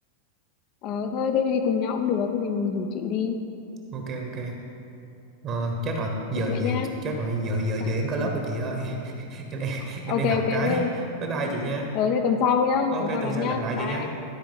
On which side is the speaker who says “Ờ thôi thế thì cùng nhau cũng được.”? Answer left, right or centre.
Left